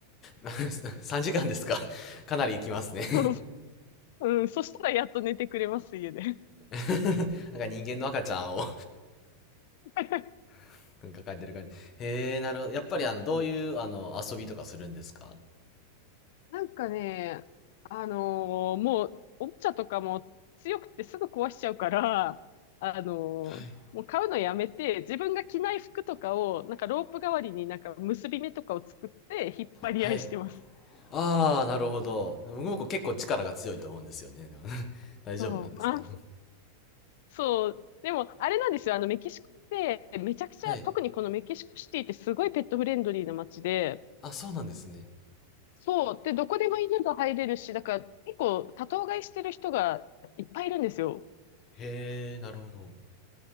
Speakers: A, on the left; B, on the left.
A: あ、<laughs> 3時間ですか。かなり行きますね。
B: そう、うん、そしたらやっと寝てくれます、家で。
A: <laughs> なんか人間の赤ちゃんを
B: <laughs>
A: <laughs> なんか描いてる感じ。へえ、なるほど。やっぱりあの、
B: そうそう。
A: どういうあの、遊びとかするんですか
B: なんかね、あのーもうおもちゃとかも強くてすぐ壊しちゃうから、あのーもう買うのやめて、
A: はい
B: 自分が着ない服とかを、なんかロープ代わりになんか結び目とかを作って引っ張り合いしてます。
A: はい。ああ、なるほど。僕う結構力が強いと思うんですよね。でも <laughs> 大丈夫なんですか
B: そう。あそう。でも、あれなんですよ。あの、メキシコって、めちゃくちゃ、
A: はい。
B: 特にこのメキシコシティってすごいペットフレンドリーな街で、
A: あ、そうなんですね。
B: そう。で、どこでも犬が入れるし、だから結構多頭飼いしてる人がいっぱいいるんですよ。
A: へえ、なるほど。